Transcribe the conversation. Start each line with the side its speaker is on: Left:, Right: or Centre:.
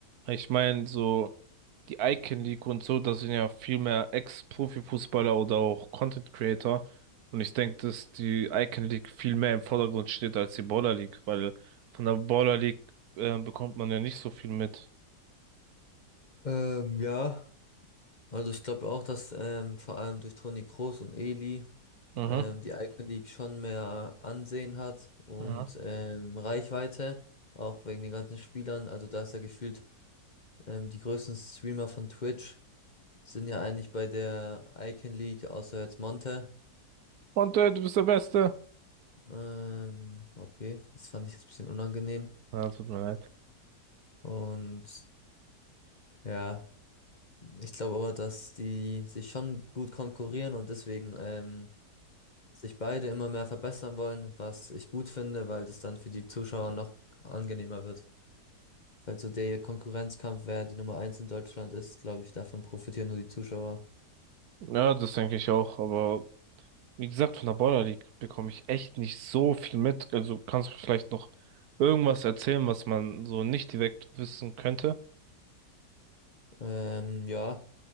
Right: Ich meine, so die Icon League und so, das sind ja viel mehr Ex-Profi-Fußballer oder auch Content Creator. Und ich denke, dass die Icon League viel mehr im Vordergrund steht als die Baller League, weil von der Baller League äh, bekommt man ja nicht so viel mit.
Left: Ähm, ja. Also ich glaube auch, dass ähm, vor allem durch Toni Kroos und Eli
Right: Mhm.
Left: ähm, die Icon League schon mehr Ansehen hat und
Right: Mhm.
Left: ähm, Reichweite, auch wegen den ganzen Spielern. Also da ist ja gefühlt, ähm, die größten Streamer von Twitch sind ja eigentlich bei der Icon League, außer jetzt Monte.
Right: Und äh, du bist der Beste.
Left: Ähm, okay, das fand ich jetzt ein bisschen unangenehm.
Right: Ja, tut mir leid.
Left: Und ja, ich glaube aber, dass die sich schon gut konkurrieren und deswegen ähm, sich beide immer mehr verbessern wollen, was ich gut finde, weil das dann für die Zuschauer noch angenehmer wird. Weil so der Konkurrenzkampf, wer die Nummer eins in Deutschland ist, glaube ich, davon profitieren nur die Zuschauer.
Right: Ja, das denke ich auch, aber Wie gesagt, von der Border League bekomme ich echt nicht so viel mit. Also kannst du vielleicht noch irgendwas erzählen, was man so nicht direkt wissen könnte?
Left: Ähm, ja,